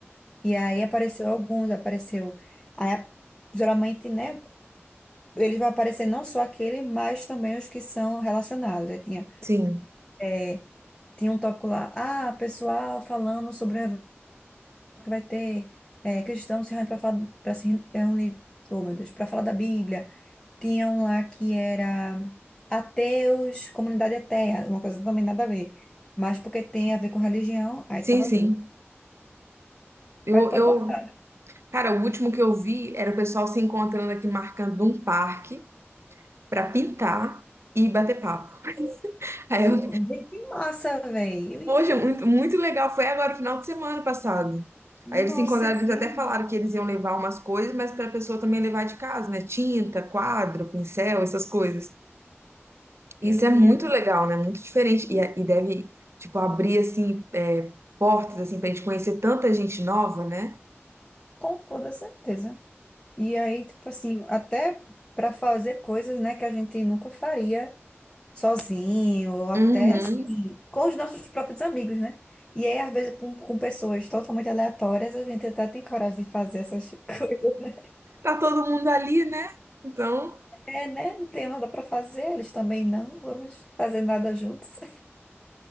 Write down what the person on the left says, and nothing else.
E aí apareceu alguns, apareceu. aí, geralmente, né? Eles vão aparecer não só aquele, mas também os que são relacionados. Aí tinha,
é, tinha um tópico lá, ah, pessoal falando sobre o evento que vai ter, é, cristãos se reunindo para se reunir, oh meu Deus, para falar da Bíblia. Tinha um lá que era ateus, comunidade ateia, uma coisa também nada a ver. Mas porque tem a ver com religião, aí
tava
junto.
Aí tu pode
botar.
Que,
vê que massa, velho. Eu iria
muito.
Nossa,
eu
iria
muito.
Eu iria
muito,
com toda certeza. E aí, tipo assim, até pra fazer coisas, né, que a gente nunca faria. sozinho, ou até
assim, com os nossos próprios amigos, né? E aí, às vezes, com, com pessoas totalmente aleatórias, a gente até tem coragem de fazer essas <laughs> coisas, né?
É, né? Não tem nada para fazer, eles também não, vamos fazer nada juntos.